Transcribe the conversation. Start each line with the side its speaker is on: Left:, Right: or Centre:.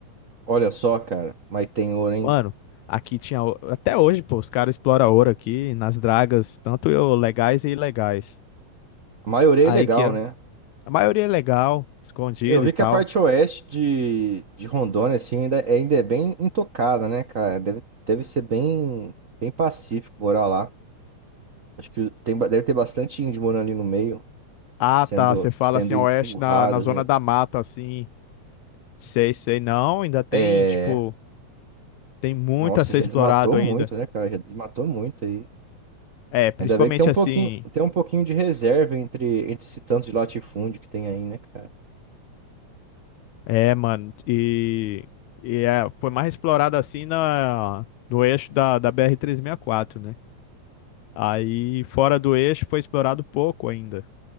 Right: Olha só, cara, mas tem ouro, hein?
Left: Mano, aqui tinha. o- Até hoje, pô, os caras exploram ouro aqui nas dragas, tanto eu, legais e ilegais.
Right: A maioria
Left: Aí
Right: é legal,
Left: que a
Right: né?
Left: a maioria é legal, escondida
Right: Eu vi
Left: e tal.
Right: que a parte oeste de, de Rondônia, assim, ainda, ainda é bem intocada, né, cara? Deve, deve ser bem, bem pacífico morar lá. Acho que tem, ba- deve ter bastante índio morando ali no meio,
Left: Ah,
Right: sendo,
Left: tá. Você fala
Right: sendo
Left: assim, oeste
Right: empurrado,
Left: na, na zona
Right: assim.
Left: da mata, assim. Sei, sei. Não, ainda tem,
Right: É,
Left: tipo, tem muito
Right: nossa,
Left: a ser
Right: já
Left: explorado
Right: desmatou muito,
Left: ainda.
Right: né, cara? Já desmatou muito aí.
Left: É, principalmente
Right: Ainda bem que tem um
Left: assim.
Right: pouquinho, tem um pouquinho de reserva entre, entre esse tanto de latifúndio que tem aí, né, cara?
Left: É, mano. E, e é, foi mais explorado assim na, no eixo da, da br quatro, né? Aí, fora do eixo, foi explorado pouco ainda.